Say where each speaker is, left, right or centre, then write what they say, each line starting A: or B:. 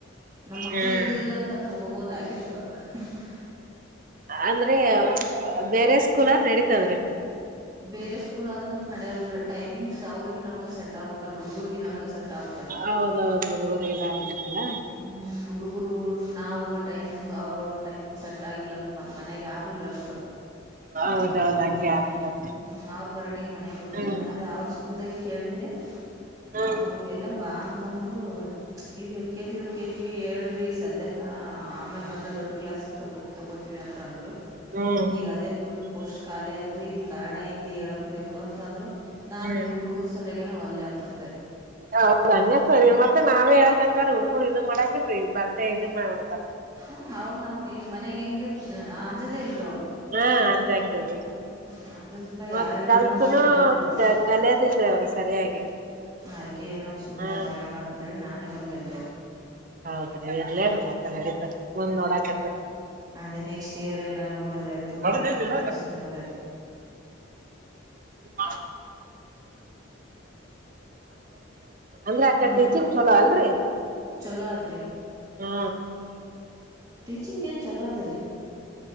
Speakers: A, on the right; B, on the right.
A: ನಮ್ಮ್ಕ್ಳ
B: ಹ್ಮ್
A: ಇದ್ದುದಿಲ್ಲ ಅಂದ್ರೆ ಹೋಗಬದು. ಅದಾಗಿತ್ತುು. <unintelligible>
B: ಅಂದ್ರೆ ಬೇರೆ ಕುಲಾರ್ ನಡೀತದ್ರೀ
A: ಬೇರೆ ಸ್ಕೂಲ್ ಆದ್ರ ನಡ್ಯಲ್ರೀ ಟೈಮಿಂಗ್ಸ್ ಅವ್ರಿಗೆ ನಮಗ ಸಟ್ ಆಗ್ಬೇಕಲ್ರೀ ಹುಡುಗರ್ರಿಗೆ ನನ್ಗ ಸೆಟ್ ಾದ್ರ
B: ಹೌದೌದು ಹುಡುಗರಿಗೆ ಇದಾಗಬೇಕಲ್ಲ
A: ಹ್ಮ್ ಹುಡುಗರು ನಾ ಹೋಗ ಟೈಮಂಗ್ ಅವ್ರೋಗೋ ಟೈಮಿಂಗ್ ಸೆಟ್ ಆಗಿಲ್ಲ ಅಂದ್ರ ಮನೆಾಗ ಯಾರ ಇಲ್ಲರು.
B: ಹೌದೌದು ಹಂಗೆ ಆಗ್ತದೆ.
A: ಹ್ಮ ಅವ್ರ ಬರಟಿಗೆ ಮನೆಗ್ ಇರ್ಬೇಕಲ್ಲ
B: ಹ್ಮ್
A: ಅದೇ ಅವರು ಸ್ಕೂಲ್ದಾಗ ಕೇಳಿದ್ದೆ
B: ಹ್ಮ್
A: ಅವರು ಎಲ್ಲ ಬಾ ಅಂತಂದ್ರ ಇವ L K G U K ಜಿಿಗೆ ಏ್ರಿ ಸದ್ಯಕ್ಕ ಆಮೇಲೆ ಮತ್ತೆ ದೊಡ್ ಗ್ಲಾಸ್ಿಗೆ ತೋ ತಗೋತೀವಿ ಅಂತ ಅಂದ್ರರು.
B: ಹ್ಮ್
A: ಈಗ ಅದೇ ಫುಲ್ ಪೋಸ್ಟ್ ಖಾಲಿ ಆದ್ರೆ. ಹಿಂದಿ ಹೇಳಕ್ಬೇಕು ಅಂತಂದ್ರರು. ನಾನು
B: ಹ್ಮ್
A: ಇ ನೀವು ಹುಡುಗೂರು ಸಲ ಒಲ್ಲೆ ಅಂತ ಅಂದೇ ರಿ
B: ಹೌದಂಗತ ಮತ್ತೆ ನಾವೇ ಹೇಳಕತಾರ ಹುಡಗುರು ಇದು ಮಾಡಂಗಿಲರಿ ಬತ್ತ ಇದ ಮಾಡ್.
A: ಹ್ಮ್ ಅವರು ನಮ ಈ ಮನೆಗ ಹೆಂಗ ಅಂಜದೇ ಇಲ ಅವರು
B: ಹಾ ಅಂಜಂಗಿಲ್ರಿ
A: ಹ್ಮ್.
B: ಮತ್
A: ಯಾರು ಹೇಳಿದ
B: ಕಲ್ತನು
A: ಮಾತು ಕೇಳಲ ಅವರು
B: ಕಲಿಯೋದಿಲ್ರಿ ಅವ್ರು ಸರಿಯಾಗಿ
A: ಅದಕ್ಕೆ ಏನ ಸುಮ್ನೆ
B: ಹಾ
A: ಬೇಡ ಅಂತ ಹೇಳಿ ನಾನೇ. ತಡರಿ.
B: ಹೌದ ರೀ ಇರ್ಲೇ ಮತ್ತ ನಡೀತ ಮುಂದ ನೋಡಾಕತ.
A: ಅದೇ ನೆಕ್ಸ್ಟ್ ಇಯರ್ ಏನಾದಾರರು ನೋಡಿದರ ಆಯ್ತು
B: ಹ್ಮ್
A: ಮತ್ತ ಅಂತ ಸುಮ್ನ ಆದೇ ರಿ
B: ಹ ಅಂದ್ರೆ ಅಕ್ಕಡಿ
A: ಮತ್
B: ಟೀಚಿಂಗ್ ಚಲೋ ಅಲ್ರಿ.
A: ಚಲೋ ಆದ್ರಿ
B: ಹಾ
A: ಟೀಚಿಂಗ್ ಏನ ಚಲೋ ಆದ್ರಿ.